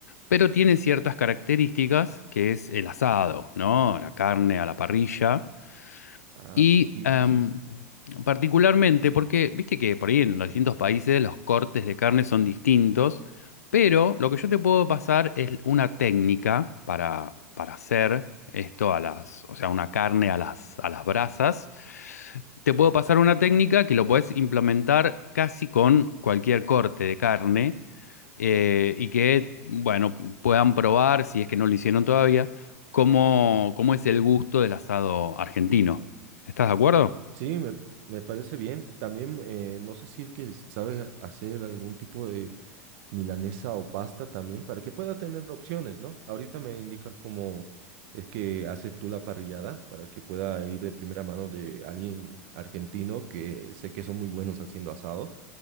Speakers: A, on the left; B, on the right.
A: pero tiene ciertas características que es el asado, ¿no? La carne a la parrilla.
B: Ah,
A: Y
B: sí,
A: em,
B: sí, sí.
A: particularmente porque, viste que por ahí en los distintos países los cortes de carne son distintos, pero lo que yo te puedo pasar es una técnica para, para hacer esto a las, o sea, una carne a las, a las brasas te puedo pasar una técnica que lo puedes implementar casi con cualquier corte de carne eh, y que, bueno, puedan probar, si es que no lo hicieron todavía, cómo, cómo es el gusto del asado argentino. ¿Estás de acuerdo?
B: Sí, me, me parece bien. También eh, no sé si es que sabes hacer algún tipo de milanesa o pasta también, para que pueda tener opciones, ¿no? Ahorita me indicas cómo es que haces tú la parrillada, para que pueda ir de primera mano de alguien argentino que sé que son muy buenos haciendo asado.